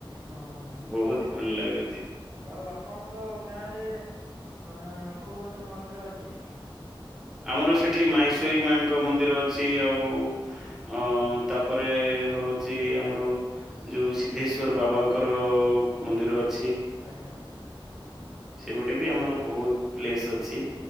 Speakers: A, on the right (about 40°); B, in the centre.
A: ହଁ ହଁ।
B: ବହୁତ ଭଲ ଲାଗୁଛି।
A: ଆଉ ଆପଣଙ୍କ ଗାଁ ରେ ଅ କୋଉ କୋଉ ସବୁ ମନ୍ଦିର ଅଛି?
B: ଆମର ସେଠି ମାହେଶ୍ଵରୀ ମାଙ୍କ ମନ୍ଦିର ଅଛି ଆଉ ଅ ତାପରେ ହଉଛି ଆମର ଯୋଉଁ ସିଦ୍ଧେସ୍ୱର ବାବାଙ୍କର ମନ୍ଦିର
A: ଓହୋ
B: ଅଛି।
A: ଆଜ୍ଞା।
B: ସେପଟେ ବି ଆମର ବହୁତ ପ୍ଲେସ ଅଛି।